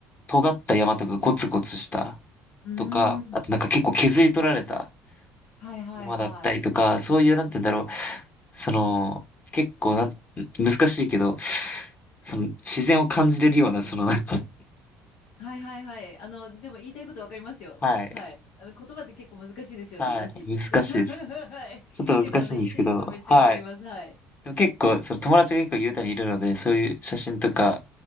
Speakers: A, on the left (about 35°); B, on the left (about 75°).
A: 尖った山とかゴツゴツした
B: うーん。
A: とか、あとなんか結構削り取られた
B: はいはいはい。
A: 山だったりとか、そういう、なんて言うんだろう。その、結構なん、難しいけど、その、自然を感じれるような、その、なんか、
B: はいはいはい。あの、でも言いたいことわかりますよ。
A: <laughs> はい、
B: はい。あの、言葉って結構難しいですよね。
A: はい、
B: なんて言ったらいいか。
A: 難しいです。
B: <laughs> はい。
A: ちょっと難しいんですけど、
B: けど、あの、言いたいことめっちゃわかります。
A: はい。
B: はい。
A: でも結構、その友達が結構雄太にいるので、そういう写真とか、